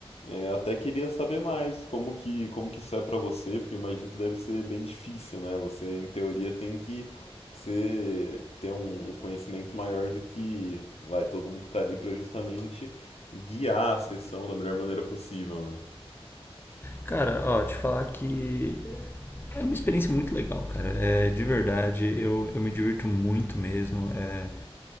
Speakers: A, on the left; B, on the left.
A: é, até queria saber mais como que como que isso é para você, porque eu imagino que deve ser bem difícil, né? Você em teoria tem que ser ter um, um conhecimento maior do que vai todo mundo que tá ali para justamente guiar a sessão da melhor maneira possível, né?
B: Cara, ó, te falar que é uma experiência muito legal, cara. É, de verdade, eu, eu me divirto muito mesmo. É,